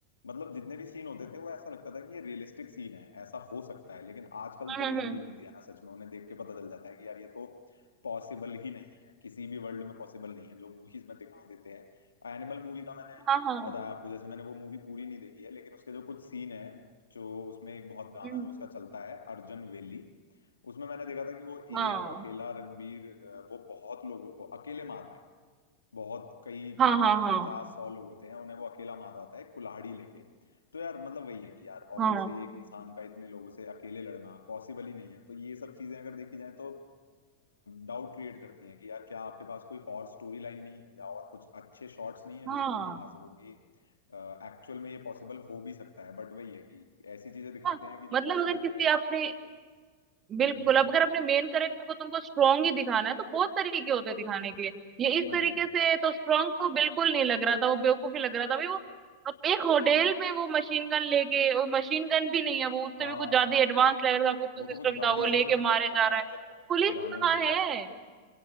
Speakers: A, on the left; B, on the right.
A: मतलब जितने भी सीन होते थे वो ऐसा लगता था कि ये रियलिस्टिक सीन है ऐसा हो सकता है लेकिन आजकल तो
B: हम्म
A: जो
B: हम्म,
A: मूवी
B: हम्म,
A: बनती है ना सच में उन्हें देख के पता चल जाता है कि यार ये तो पॉसिबल ही नहीं है किसी भी वर्ल्ड में पॉसिबल नहीं है जो मूवीज में दिखा देते हैं एनिमल मूवी का मैंने
B: हाँ हाँ
A: बताया आपको जैसे मैंने वो मूवी पूरी नहीं देखी है लेकिन उसके जो कुछ सीन है जो उसमें एक बहुत गाना
B: हम्म,
A: जो उसका चलता है अर्जन वेली उसमें मैंने देखा था कि वो
B: हाँ
A: एक अकेला रणबीर अ, वो बहुत लोगों को अकेले मार रहा है बहुत कई
B: हाँ
A: मेरे
B: हाँ
A: ख्याल से
B: हाँ
A: पचास सौ लोग होते हैं उन्हें वो अकेला मार रहा होता है एक कुल्हाड़ी लेके तो यार मतलब वही है कि यार ऑब्वियसली
B: हाँ
A: एक इंसान का इतने लोगों से अकेले लड़ना पॉसिबल ही नहीं है तो ये सब चीजें अगर देखी जाए तो डाउट क्रिएट करती हैं कि यार क्या आपके पास कोई और स्टोरी लाइन नहीं है या और कुछ अच्छे शॉट्स नहीं है
B: हाँ
A: जिसमें आप दिखा सको कि एक्चुअल में ये पॉसिबल हो भी सकता है बट वही है कि ऐसी चीजें दिखाते
B: हाँ
A: हैं कि जो
B: मतलब
A: पॉसिबल
B: अगर किसी
A: है
B: आपने बिल्कुल
A: हम्म
B: अब अगर अपने मेन करेक्टर को तुमको स्ट्रांग ही दिखाना है तो बहुत तरीके होते हैं दिखाने के ये इस
A: वही
B: तरीके से
A: वही
B: तो स्ट्रांग तो बिल्कुल नहीं लग रहा था वो बेवकूफ ही लग रहा था भाई वो अब एक होटल में वो मशीन गन लेके वो मशीन गन भी नहीं है वो उससे
A: हाँ
B: भी कुछ ज्यादा एडवांस लेवल का कुछ
A: वो
B: तो सिस्टम
A: तो कुछ गाड़ी
B: था वो
A: सी
B: लेके
A: लग रही
B: मारे
A: है मुझे
B: जा रहा
A: मैंने
B: है
A: जब
B: पुलिस
A: गाने
B: कहाँ
A: में देखा
B: है
A: है